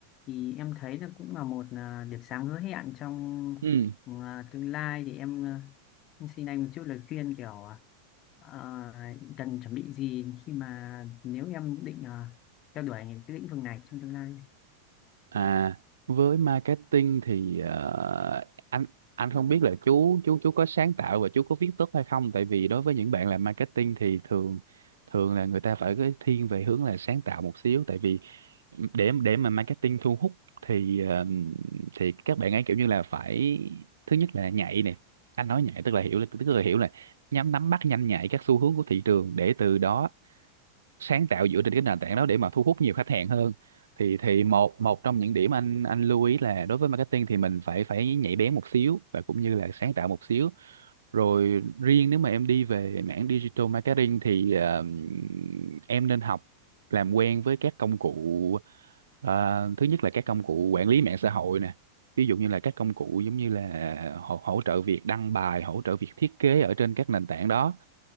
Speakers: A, on the left; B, on the right.
A: thì em thấy là cũng là một à, điểm sáng hứa hẹn trong
B: ừ.
A: à, tương lai thì em, à, em xin anh một chút lời khuyên kiểu à, à, cần chuẩn bị gì khi mà nếu em định à, theo đuổi cái lĩnh vực này trong tương lai
B: À, với marketing thì ờ, anh anh không biết là chú chú chú có sáng tạo và chú có viết tốt hay không tại vì đối với những bạn làm marketing thì thường thường là người ta phải cái thiên về hướng là sáng tạo một xíu tại vì để để mà marketing thu hút thì ờ, thì các bạn ấy kiểu như là phải thứ nhất là nhạy nè anh nói nhạy tức là hiểu là tức là hiểu là nhắm nắm bắt nhanh nhạy các xu hướng của thị trường để từ đó sáng tạo dựa trên cái nền tảng đó để mà thu hút nhiều khách hàng hơn thì thì một một trong những điểm anh anh lưu ý là đối với marketing thì mình phải phải nhạy bén một xíu và cũng như là sáng tạo một xíu rồi riêng nếu mà em đi về mảng digital marketing thì ờ, em nên học làm quen với các công cụ ờ, thứ nhất là các công cụ quản lý mạng xã hội nè ví dụ như là các công cụ giống như là hỗ, hỗ trợ việc đăng bài hỗ trợ việc thiết kế ở trên các nền tảng đó